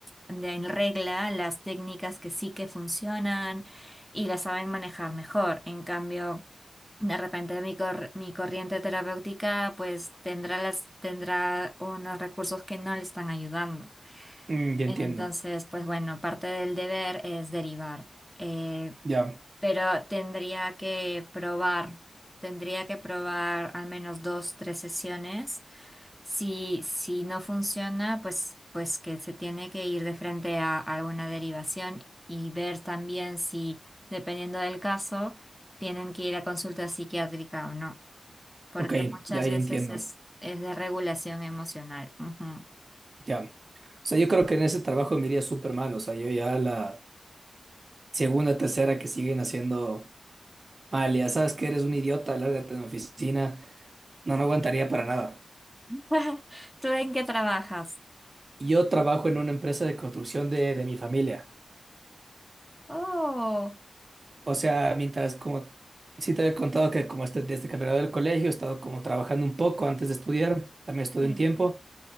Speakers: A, in the centre; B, on the right.
A: de- en regla las técnicas que sí que funcionan y las saben manejar mejor. En cambio, de repente mi, cor- mi corriente terapéutica pues tendrá las, tendrá unos recursos que no le están ayudando.
B: Mm, ya
A: Entonces,
B: entiendo.
A: pues bueno, parte del deber es derivar. Eh,
B: Ya.
A: pero tendría que probar, tendría que probar al menos dos, tres sesiones. Si, si no funciona, pues, pues que se tiene que ir de frente a alguna derivación y ver también si, dependiendo del caso, tienen que ir a consulta psiquiátrica o no, porque
B: Ok,
A: muchas
B: ya, ya
A: veces
B: entiendo.
A: es, es de regulación emocional. Ujú.
B: Ya. O sea, yo creo que en ese trabajo me iría súper mal. O sea, yo ya la segunda, tercera que siguen haciendo mal, ya sabes que eres un idiota, lárgate de la oficina. No, no aguantaría para nada.
A: <laughs> ¿Tú en qué trabajas?
B: Yo trabajo en una empresa de construcción de, de mi familia.
A: Oh,
B: O sea, mientras como sí te había contado que como este, desde que me gradué del colegio he estado como trabajando un poco antes de estudiar, también estudié
A: sí.
B: un tiempo,